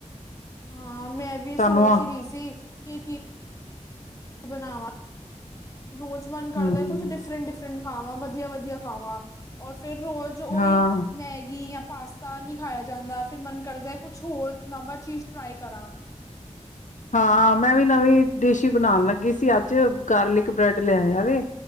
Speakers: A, on the left (about 25°); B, on the left (about 85°).
A: ਹਾਂ ਮੈਂ ਵੀ
B: ਤੁਹਾਨੂੰ
A: ਸੋਚ
B: ਆ
A: ਰੀ ਸੀ ਕਿ, ਕੀ ਬਨਾਵਾਂ। ਰੋਜ ਮਨ ਕਰਦਾ,
B: ਹਮ
A: ਕੁੱਛ ਡਿਫਰਂਟ-ਡਿਫਰਂਟ ਖਾਵਾਂ, ਵਧੀਆ-ਵਧੀਆ ਖਾਵਾਂ, ਔਰ ਫੇਰ ਰੋਜ ੳਈ
B: ਹਾਂ
A: ਮੈਗੀ ਯਾ ਪਾਸਤਾ ਨੀ ਖਾਯਾ ਜਾਂਦਾ, ਫੇਰ ਮਨ ਕਰਦਾ ਕੁਛ ਹੋਰ ਨਵਾਂ ਚੀਜ ਟਰਾਈ ਕਰਾਂ।
B: ਹਾਂ ਮੈਂ ਵੀ ਨਵੀਂ ਡਿਸ਼ ਈ ਬਣਾਨ ਲੱਗੀ ਸੀ, ਅੱਜ ਗਾਰਲਿਕ ਬ੍ਰੈਡ ਲੇਆਏਆ ਵੇ